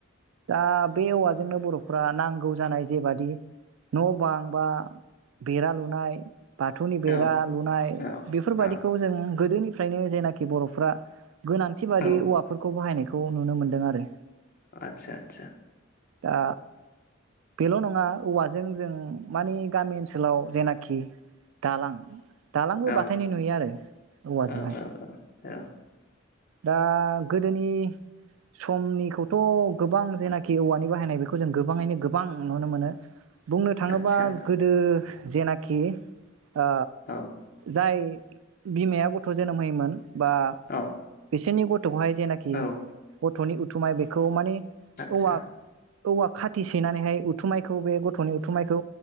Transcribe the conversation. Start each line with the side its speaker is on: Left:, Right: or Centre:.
Right: दा बे औवाजोंनो बर'फ्रा नांगौ जानाय जेबादि न' बां बा बेरा लुनाय बाथौनि बेरा
Left: औ
Right: लुनाय
Left: औ
Right: बेफोरबायाददिखौ
Left: औ
Right: जों गोदोनि फ्रायनो जायनाखि बर'फ्रा गोनांथि बादि
Left: औ
Right: औवाफोरखौ बाहायनायखौ नुनो मोनदों आरो।
Left: आतसा आतसा।
Right: दा बेल' नङा औवाजों जों मानि गामि ओनसोलाव जेनाखि दालां दालांबो
Left: औ
Right: बाथायनाय नुयो आरो औवाजोंहाय।
Left: औ औ औ औ
Right: दा गोदोनि समनिखौथ' गोबां जेनाखि औवानि बाहायनाय बेखौ जों गोबाङैनो गोबां नुनो मोनो। बुंनो थाङोबा
Left: आदसा
Right: गोदो जेनाखि ओ
Left: औ
Right: जाय बिमाया गथ' जोनोम होयोमोन। बा
Left: औ
Right: बि सोरनि गथ' हाय जेनाखि
Left: औ
Right: गथ'नि उथुमाय बेखौ माने
Left: आतसा।
Right: औवा औवा खाथि सैनानैहाय उथुमायखौ बे गथ'नि उथुमायखौ